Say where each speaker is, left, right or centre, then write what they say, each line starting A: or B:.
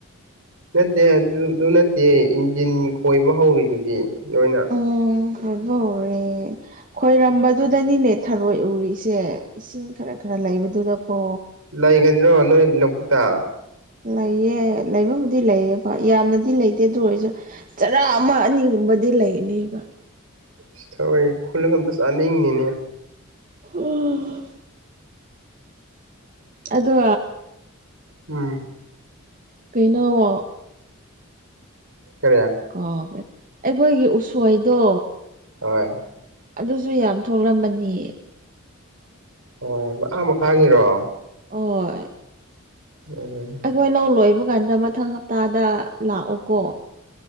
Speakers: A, on the right (about 70°); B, on the right (about 40°).
A: ꯅꯠꯇꯦ ꯑꯗꯨꯗꯨ ꯅꯠꯇꯦ ꯏꯟꯖꯤꯟ ꯀꯣꯏꯕ ꯍꯧꯔꯤꯗꯨꯗꯤ ꯅꯣꯏꯅ
B: ꯎꯝ ꯈꯣꯏꯕ ꯍꯧꯔꯦ ꯈꯣꯏꯔꯝꯕꯗꯨꯗꯅꯤꯅꯦ ꯊꯔꯣꯏ ꯎꯔꯤꯁꯦ ꯏꯁꯤꯡ ꯈꯔ ꯈꯔ ꯂꯩꯕꯗꯨꯗꯀꯣ
A: ꯂꯩꯒꯗ꯭ꯔꯣꯅꯣꯏ ꯂꯕꯨꯛꯇ
B: ꯂꯩꯌꯦ ꯂꯩꯕꯕꯨꯗꯤ ꯂꯩꯌꯦꯕ ꯌꯥꯝꯅꯗꯤ ꯂꯩꯇꯦ ꯗꯨ ꯑꯣꯏꯔꯁꯨ ꯆꯔꯥ ꯑꯃ ꯑꯅꯤꯒꯨꯝꯕꯗꯤ ꯂꯩꯅꯦꯕ
A: ꯁꯤ ꯊꯔꯣꯏ ꯈꯨꯜꯂꯒ ꯑꯝꯇ ꯆꯥꯅꯤꯡꯉꯤꯅꯦ
B: <unintelligible> ꯑꯗꯣ
A: ꯎꯝ
B: ꯀꯩꯅꯣ ꯎꯝ
A: ꯀꯔꯦ
B: ꯀꯥꯎꯈ꯭ꯔꯦ ꯑꯩꯈꯣꯏꯒꯤ ꯎꯁꯣꯏꯗꯣ
A: ꯍꯣꯏ
B: ꯑꯗꯨꯁꯨ ꯌꯥꯝ ꯊꯣꯛꯂꯝꯃꯅꯤ
A: ꯍꯣꯏ ꯑꯥ ꯃꯈꯥꯒꯤꯔꯣ
B: ꯑꯣꯏ
A: ꯎꯝ
B: ꯑꯩꯈꯣꯏ ꯂꯧ ꯂꯣꯏꯕꯀꯥꯟꯗ ꯃꯊꯪ ꯍꯞꯇꯥꯗ ꯂꯥꯛꯑꯣꯀꯣ